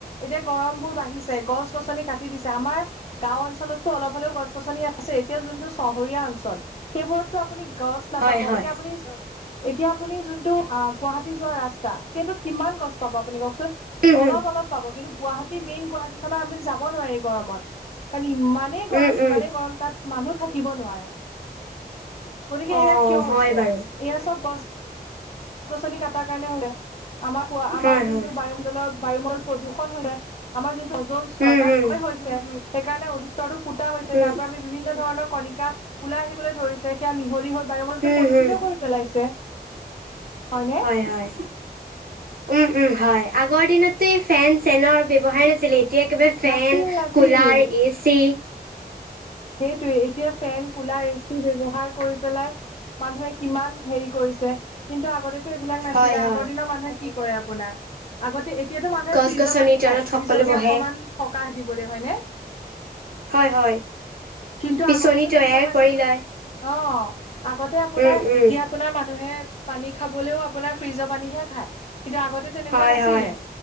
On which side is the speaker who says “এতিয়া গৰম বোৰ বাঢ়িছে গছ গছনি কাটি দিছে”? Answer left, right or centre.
Left